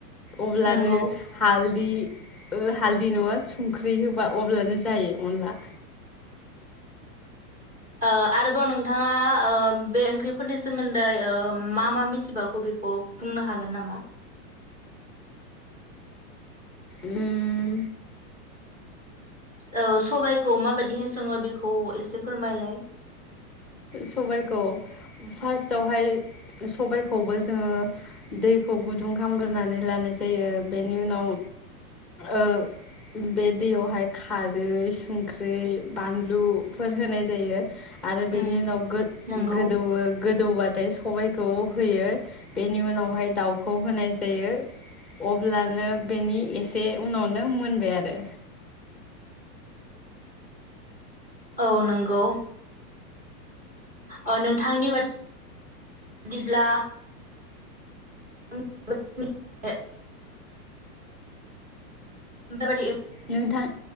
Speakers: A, in the centre; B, on the right (about 15°).
A: अब्लानो
B: नंगौ
A: हाल्दि ओ हाल्दि नङा संख्रि होबा अब्लानो जायो अनला।
B: ओ आरोबाव नोंथाङा बे ओंख्रिफोरनि सोमोन्दै मा मा मिथिबावागौ बेखौ बुंनो हागोन नामा?
A: उम
B: ओ सबायाइखौ माबाददिहाय सोङो बेखौ एसे फोरमायलाय?
A: सबायखौ फार्टआवहाय सबायखौबो जोङो दैखौ गुदुं खालामग्रोनानै लानाय जायो बेनि उनाव ऐ बे दैयावहाय खारै, संख्रि, बानलुफोर होनाय जायो आरो बेनि
B: उम
A: उनाव गो-गोदौवो
B: नंगौ
A: गोदौबाथाय सबायखौ होयो बेनि उनावहाय दाउखौ होनाय जायो अब्लानो बेनि एसे उनावनो मोनबाय आरो
B: औ नंगौ ओ नोंथांनि बाद बायदिब्ला <unintelligible> <unintelligible>
A: नोंथां